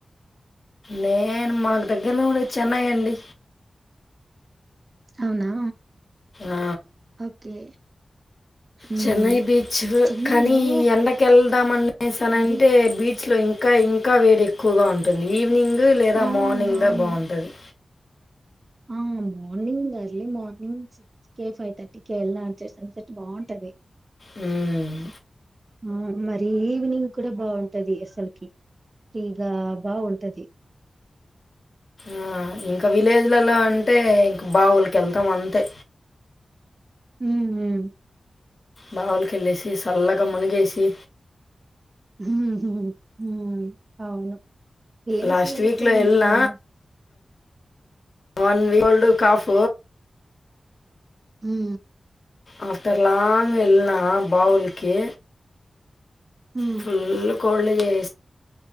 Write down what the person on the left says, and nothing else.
నేను మాక్ దగ్గర్లో ఉండే చెన్నై అండి
ఆ
చెన్నై బీచ్
కానీ ఎండక వెళ్దాంనేసానంటే
బీచ్ ఇస్లో ఇంకా ఇంకా వేడి ఎక్కువగ ఉంటుంది ఈవనింగ్ లేదా
మార్నింగ్
దా బాగుంటుంది
హమ్
ఆ ఇంకా విలేజ్ ఇళ్లలో అంటే ఇంక బావులకి వెళ్తాం అంతే
బావులకిళ్ళేసి సల్లగా మునిగేసి
లాస్ట్
వీక్లో
వెళ్ళిన వన్ కోల్డ్ కాఫ్
ఆఫటర్ లాంగ్ వెళ్ళినా బావుంది. కే
ఫుల్లు కోడ్లే చే